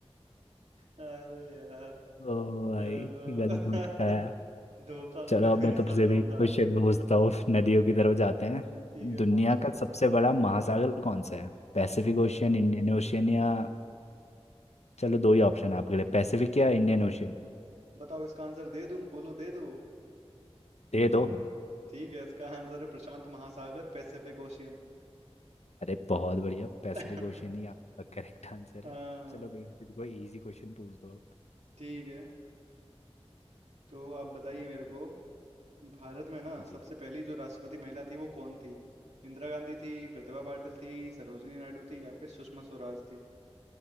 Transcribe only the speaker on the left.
ओ भाई
ये गलत मटकाया
चलो
अब
मैं
तुमसे भी
क्वेश्चन पूछता हूँ नदियों की तरफ जाते हैं
दुनिया
का सबसे बड़ा महासागर कौन सा है पैसिफिक ओशियन इंडियन ओशियन या चलो दो ही ऑप्शन है आपके लिए पैसिफिक या इंडियन ओशियन
दे दो
अरे बहुत बढ़िया पैसिफिक
ओशियन ही आपका करेक्ट आंसर
है चलो बेटे कोई इजी क्वेश्चन पूछ दो अब
जी